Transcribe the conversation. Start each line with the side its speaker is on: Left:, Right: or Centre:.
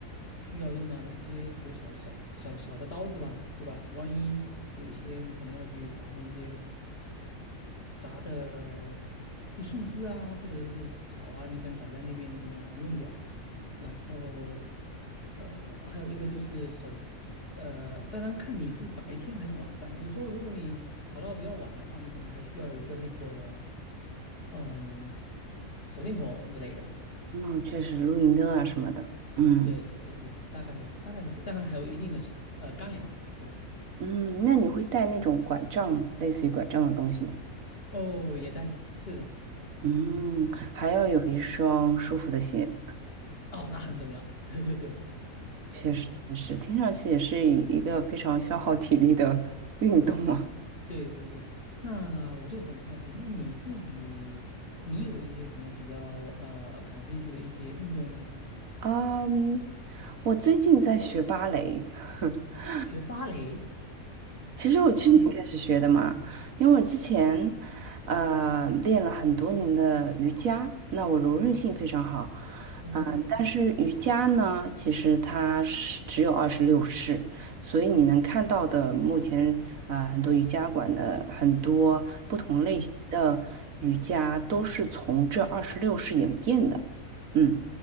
Left: 需要用到的一些，比如小小小小的刀子吧，对吧？万一有一些你可能要去把那些杂的就树枝啊，或者是草啊，你可能挡在那边，你可能要把它弄掉。然后呃，还有一个就是手。呃，当然看你是白天还是晚上。有时候如果你搞到比较晚的话，你可能还需要有一个那个。嗯，手电筒之类的。
Right: 哦，确实露营灯啊什么的，嗯
Left: 对对对对，大概大概是这，当然还有一定的呃干粮嘛，对吧？
Right: 嗯，那你会带那种拐杖，类似于拐杖的东西吗？
Left: 哦，也带，是的，
Right: 嗯，还要有一双舒服的鞋，
Left: 哦，那很重要。<laughs> 对对对，
Right: 确实也是，
Left: 是的，
Right: 听上去也是一个非常消耗体力的运动啊。
Left: 对对对。那我就很好奇，那你自己，你有一些什么比较呃感兴趣的一些运动呢？
Right: 嗯，我最近在学芭蕾，<laughs>
Left: 学芭蕾？
Right: 其实我去年开始学的嘛，
Left: 嗯，
Right: 因为我之前，呃，练了很多年的瑜伽，那我柔韧性非常好，
Left: 哦，
Right: 啊、但是瑜伽呢，其实它是只有二十六式，所以你能看到的目前，呃，很多瑜伽馆的很多不同类型的瑜伽都是从这二十六式演变的，
Left: 嗯，
Right: 嗯，